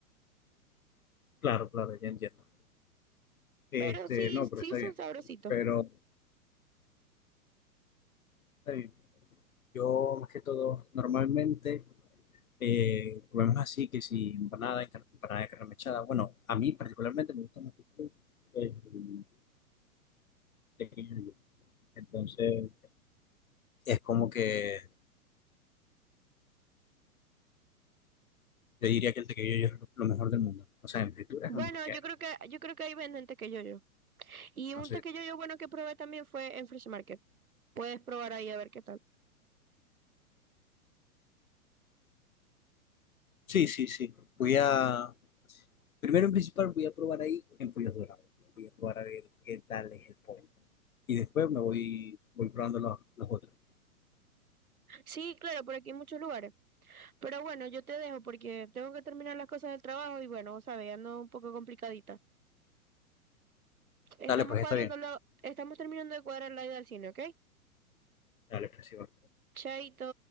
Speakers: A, on the left; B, on the right.
A: Claro, claro, ya entiendo. Este,
B: Pero sí,
A: no, pero
B: sí
A: está
B: son
A: bien.
B: sabrositos.
A: Pero está bien. Yo, más que todo, normalmente eh, comemos así, que si empanada, encar- empanada de carne mechada. Bueno, a mí particularmente me gusta más el, el, tequillo. Entonces, es como que yo diría que el tequillo es lo mejor del mundo. O sea, en fritura
B: Bueno,
A: es lo mejor que
B: yo
A: hay.
B: creo que yo creo que ahí venden tequeyoyo. Y un
A: No sé.
B: tequeyoyo bueno que probé también fue en Fresh Market. Puedes probar ahí a ver qué tal.
A: Sí, sí, sí. Voy a, primero en principal voy a probar ahí en pollos dorados. Voy a probar a ver qué tal es el pollo. Y después me voy, voy probando los, los otros.
B: Sí, claro, por aquí hay muchos lugares. Pero bueno, yo te dejo porque tengo que terminar las cosas del trabajo y bueno, sabes, ando un poco complicadita. Estamos
A: Dale, pues
B: cuadrando
A: está bien.
B: lo- estamos terminando de cuadrar la ida al cine, ¿ok?
A: Dale, pues sí, va.
B: Chaito.